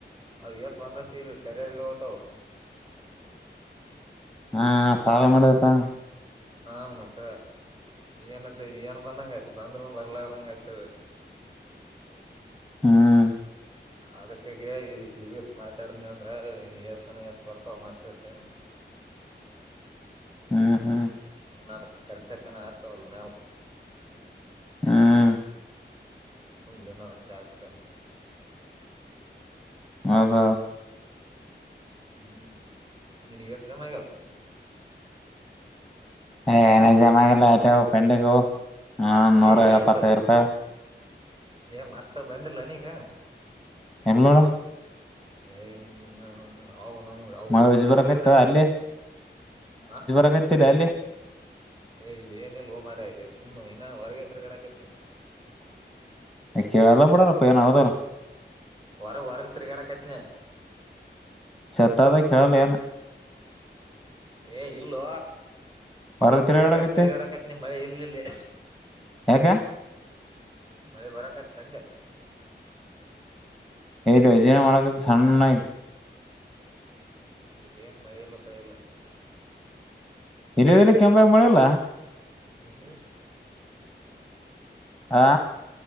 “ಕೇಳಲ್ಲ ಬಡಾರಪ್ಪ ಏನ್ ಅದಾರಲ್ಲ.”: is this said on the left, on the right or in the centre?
Centre